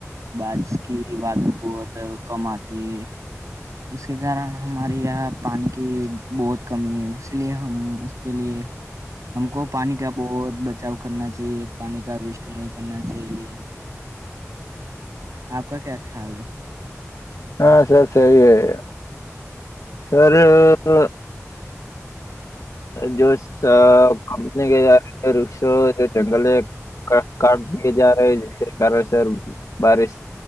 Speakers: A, on the right; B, on the left.
A: બારિશ કે વાદળ બહુત, કમ આતે હે, ઉસકે કારણ હમારે યહાં પાણી કી બહુત કમી ઇસલિએ હમ ઉસકે લીએ, હમકો પાણી કા બહુત બચાવ કરના ચાહિએ પાણી કા વેસ્ટ નહીં કર ચાહિએ, આપકા ક્યા ખ્યાલ હૈ.
B: હા સર સહી હૈ, સર, હ તો જોશ, સ કંપની ક <unintelligible> વૃક્ષો કે જંગલ એક, કાટ કાટ દિએ જા રહે હૈ જીસકે કારણ સર બારિશ,